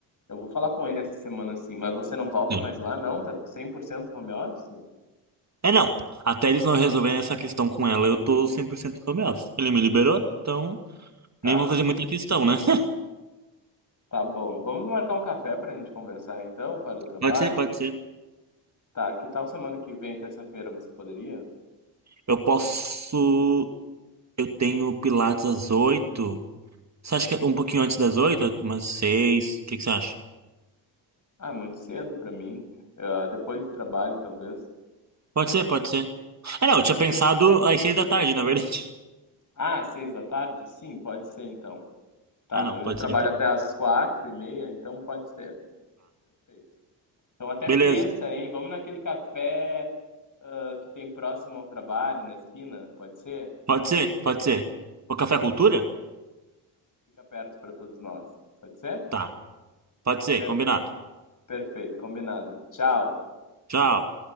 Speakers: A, on the left (about 40°); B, on the right (about 35°).
A: eu vou falar com ele essa semana assim, mas você não volta
B: sim.
A: mais lá, não? Tá 100% home office?
B: É, não. Até eles não resolverem essa questão com ela, eu tô 100% home office. Ele me liberou, então
A: Tá,
B: nem vou fazer muita questão, né? <laughs>
A: tá bom. Vamos marcar um café pra gente conversar então, para o trabalho?
B: Pode ser, pode ser.
A: Tá, que tal semana que vem, terça-feira, você poderia?
B: Eu posso. Eu tenho Pilates às oito Você acha que é um pouquinho antes das oito Umas seis O que que você acha?
A: Ah, muito cedo pra mim. Ah, depois do trabalho, talvez.
B: Pode ser, pode ser. Ah, não, eu tinha pensado às 6 da tarde, na verdade. <laughs>
A: Ah, seis da tarde? Sim, pode ser então. Tá,
B: Ah, não,
A: eu
B: pode
A: trabalho
B: ser então.
A: até às quatro e meia, então pode ser. Perfeito. Então até
B: Beleza.
A: terça, hein? Vamos naquele café, ah, que tem próximo ao trabalho, na esquina, pode ser?
B: Pode ser? Pode ser. O Café Cultura?
A: fica perto para todos nós. Pode ser?
B: Tá. Pode ser,
A: Per-
B: combinado.
A: perfeito, combinado. Tchau.
B: Tchau.